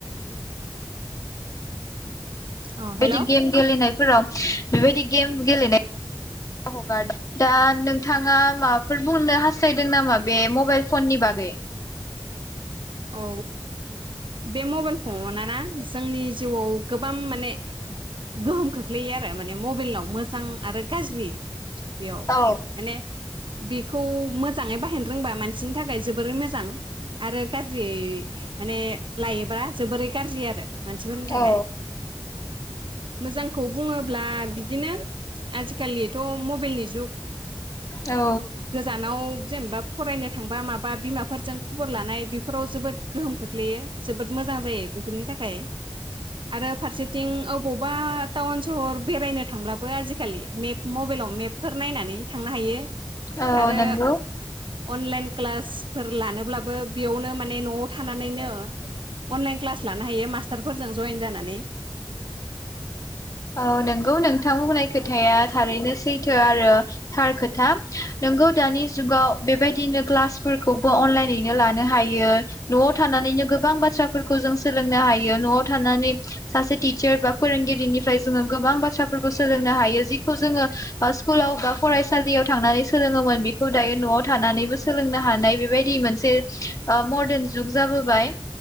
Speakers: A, on the right (about 75°); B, on the left (about 40°).
A: अ हेल'
B: बेबायदि
A: औ
B: गेम गेलेनायफोराव बेबायदि गेम गेलेनाय <inaudible> हगारदों। दा नोंथाङा माबाफोर बुंनो हास्थायदों नामा बे मबाइल फननि बागै?
A: औ बे मबाइल फननाना जोंनि जिउआव गोबां माने गोहोम खोख्लैयो आरो माने मबाइलाव मोजां आरो गाज्रि बेयाव
B: औ
A: माने बेखौ मोजाङै बाहायनो रोंबा मानसिनि थाखाय जोबोरै मोजां आरो गाज्रि माने लायोब्ला जोबोरै गाज्रि आरो। मानसिफोरनि
B: औ
A: थाखाय। मोजांखौ बुङोब्ला बिदिनो आजिखालिथ' मबाइलनि जुग।
B: औ
A: गोजानाव जेनेबा फरायनो थांबा माबा बिमाफोरजों खबर लानाय बे फोराव जोबोद गोहोम खोख्लैयो। जोबोद मोजां जायो बेफोरनि थाखाय आरो फारसेथिं अबावबा टाउन सहर बेरायनो थांब्लाबो आजिखालि मेप मबाइलाव मेपफोर नायनानै थांनो हायो।
B: औ
A: आरो
B: नंगौ
A: अनलाइन क्लासफोर लानोब्लाबो बेवनो माने नवाव थानानैनो अनलाइ क्लास लानो हायो मासटारफोरजों जयेन जानानै।
B: औ नोंगौ नोंथां बुंनाय खोथाया थारैनो सै थो आरो। थार खोथा नोंगौ दानि जुगाव बे बेबायदिनो क्लास फोरखौबो अनलाइनैनो लानो हा हायो। न'वाव थानानैनो गोबां बाथ्राफोरखौ जों सोलोंनो हायो। न'वाव थानानै सासे टिचार बा फोरोंगिरिनिफ्राय जोङो गोबां बाथ्राफोरखौ सोलोंनो हायो। जिखौ जोङो ओ स्कुलाव बा फरायसालियाव थांनानै सो सोलोङोमोन बेखौ दायो नवाव थानानैबो सोलोंनो हानाय बेबायदि मोनसे ओ मदार्न जुग जाबोबाय।